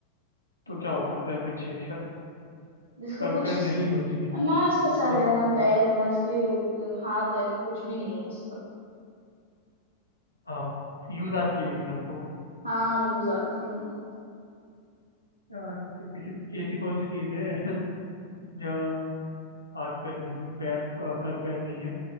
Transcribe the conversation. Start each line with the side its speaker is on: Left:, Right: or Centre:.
Left: तो क्या हो सकता है फिर छह सर
Right: जिसका
Left: सर
Right: कुछ
Left: पे नहीं होती है
Right: ना इसका सर
Left: हाँ
Right: है ना पैर है ना इसके हाथ है ना कुछ भी नहीं है इसका
Left: हाँ यूज आती है लेकिन हमको
Right: हाँ यूज आती है हमको
Left: यार ऐसे किसी ऐसी कौन सी चीज है <laughs> जो हाथ पैर नहीं पैर अ, सर पैर नहीं है